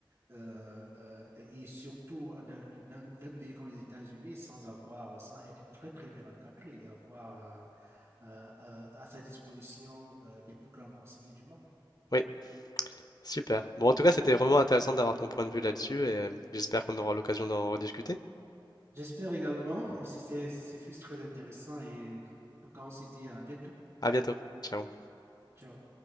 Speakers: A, on the right; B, on the left.
A: euh, euh, et surtout euh, d'un pays comme les États-Unis sans avoir, euh, sans être très très bien encadré et avoir à, à, à sa disposition euh, les plus grands conseillers du monde.
B: Oui. Super. Bon, en tout cas, c'était vraiment intéressant d'avoir ton point de vue là-dessus et euh, j'espère qu'on aura l'occasion d'en rediscuter.
A: J'espère également, et c'est, c'est, ce fut très intéressant, et en tout cas, on se dit à bientôt.
B: À bientôt. Ciao.
A: Ciao.